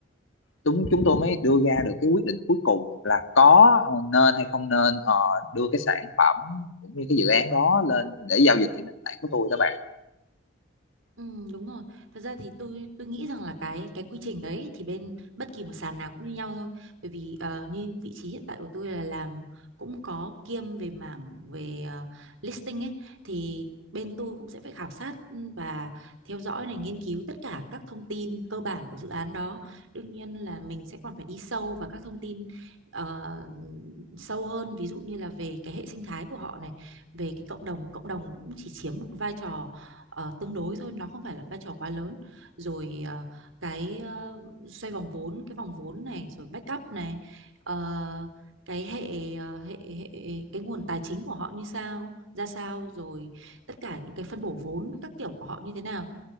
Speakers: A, on the left; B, on the right.
A: chúng chúng tôi mới đưa ra được cái quyết định cuối cùng là có ờ, nên hay không nên ờ, đưa cái sản phẩm cũng như cái dự án đó lên để giao dịch trên nền tảng của tôi đó bạn
B: Ừ, đúng rồi. Thật ra thì tôi tôi nghĩ rằng là cái cái quy trình đấy thì bên bất kỳ một sàn nào cũng như nhau thôi. Bởi vì ờ, như vị trí hiện tại của tôi là làm cũng có kiêm về mảng về ờ, listing ấy thì bên tôi cũng sẽ phải khảo sát ừ, và theo dõi này nghiên cứu tất cả các thông tin cơ bản của dự án đó. Đương nhiên là mình sẽ còn phải đi sâu vào các thông tin ờ, sâu hơn ví dụ như là về cái hệ sinh thái của họ này, về cái cộng đồng cộng đồng cũng chỉ chiếm một vai trò ờ, tương đối thôi nó không phải là vai trò quá lớn rồi ờ, cái ờ, xoay vòng vốn cái vòng vốn này rồi backup này ờ, cái hệ ờ, hệ hệ cái nguồn tài chính của họ như sao ra sao rồi tất cả những cái phân bổ vốn các kiểu của họ như thế nào